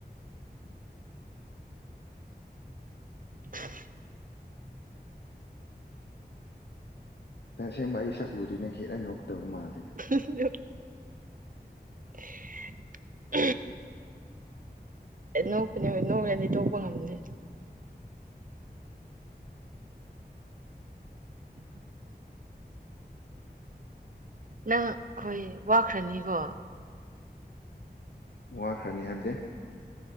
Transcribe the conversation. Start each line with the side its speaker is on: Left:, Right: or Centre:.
Right: <unintelligible>
Left: ꯇꯁꯦꯡꯕ ꯑꯩ ꯁꯛ ꯎꯔꯗꯤ ꯅꯪ ꯍꯦꯟꯅ ꯅꯣꯛꯀꯗꯕ ꯃꯥꯜꯂꯦꯅ
Right: <unintelligible> <unintelligible> ꯅꯣꯛꯄꯅꯦ ꯅꯣꯛꯔꯗꯤ ꯇꯣꯛꯄ ꯉꯝꯗꯦ <unintelligible> ꯅꯪ ꯍꯣꯏ ꯋꯥꯈ꯭ꯔꯅꯤꯀꯣ
Left: ꯋꯥꯈ꯭ꯔꯅꯤ ꯍꯥꯏꯕꯗꯤ